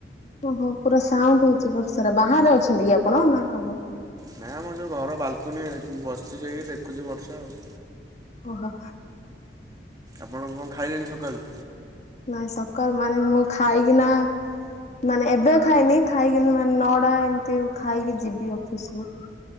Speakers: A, on the left; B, on the right.
A: ଓହୋ ପୁରା ସାଉଣ୍ଡ ହଉଛି ବର୍ଷାରା ବାହାରେ ଅଛନ୍ତି କି ଆପଣ ନା କଣ?
B: ନାହିଁ ଆମର ଯେଉଁ ଘର ବାଲକନି ବସିଛି ସେଇକି ଦେଖୁଛି ବର୍ଷା ଆଉ
A: ଓହୋ
B: ଆପଣ କଣ ଖାଇଲେଣି ସକାଳୁ?
A: ନାଇଁ ସକାଳ ମାନେ ମୁଁ ଖାଇକି ନା ମାନେ ଏବେ ଖାଇନି ଖାଇକି ମାନେ ନଡା ଏମିତି ଖାଇକି ଯିବି ଅଫିସକୁୁ